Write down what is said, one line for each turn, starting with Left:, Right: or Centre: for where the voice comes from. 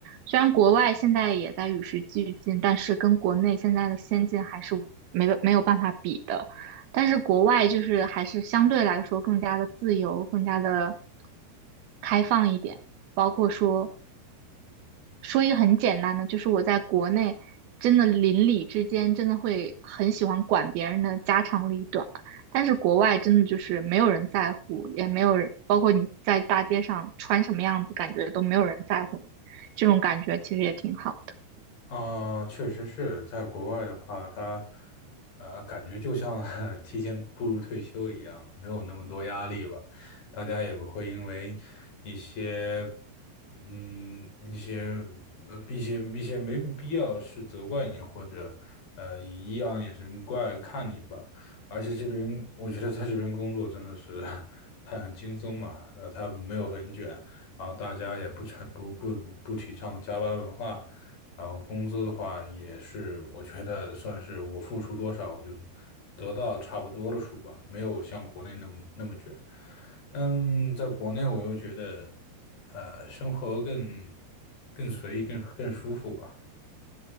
Right: 虽然国外现在也在与时俱进，但是跟国内现在的先进还是没没有办法比的。但是国外就是还是相对来说更加的自由，更加的开放一点。包括说，说一个很简单的，就是我在国内真的邻里之间真的会很喜欢管别人的家长里短，但是国外真的就是没有人在乎，也没有人，包括你在大街上穿什么样子，感觉都没有人在乎你，这种感觉其实也挺好的。
Left: 啊、确实是在国外的话，他呃，感觉就像 <laughs> 提前步入退休一样，没有那么多压力吧。大家也不会因为一些嗯一些呃一些一些没必要的事责怪你，或者呃以异样眼神怪看你吧。而且这边我觉得在这边工作真的是 <laughs> 他很轻松嘛，呃，他没有很卷，然后大家也不成不不不不提倡加班文化。然后工资的话也是，我觉得算是我付出多少，我就得到差不多的数吧，没有像国内那么那么卷。但在国内，我又觉得，呃，生活更更随意，更更舒服吧。